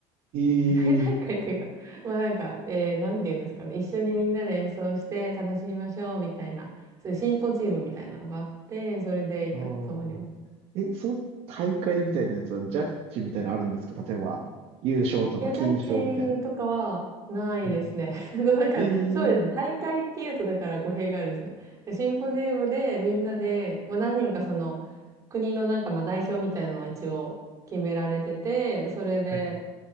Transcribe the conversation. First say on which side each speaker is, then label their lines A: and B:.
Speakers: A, on the right; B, on the right.
A: えー、
B: 世界大会っていうか、<laughs> まあなんか、えー、なんて言うんですかね。一緒にみんなで演奏して楽しみましょうみたいな、そういうシンポジウムみたいなのがあって、それで行ったことがあります。
A: あーえ、その大会みたいなやつは、ジャッジみたいなのあるんですか例えば、優勝とか金賞みたいな。
B: いや、ジャッジとかはないですね。
A: はい。
B: <laughs> なんかそうですね。
A: えー、
B: 大会っていうと、だから語弊があるんですね。シンポジウムでみんなで、まあ何人かその国のなんかまあ代表みたいなのは一応決められてて、それで
A: はい。